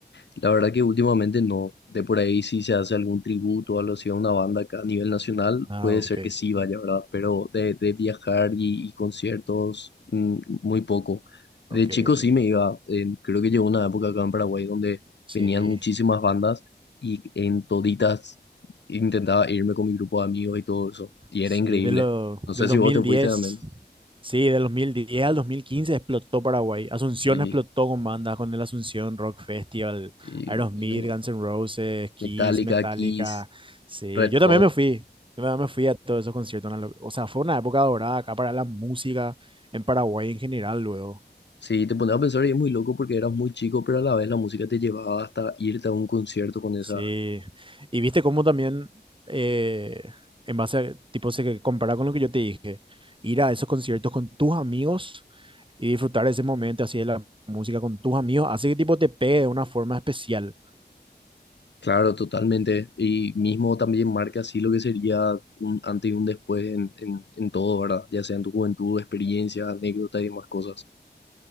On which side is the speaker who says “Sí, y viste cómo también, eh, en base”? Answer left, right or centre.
Right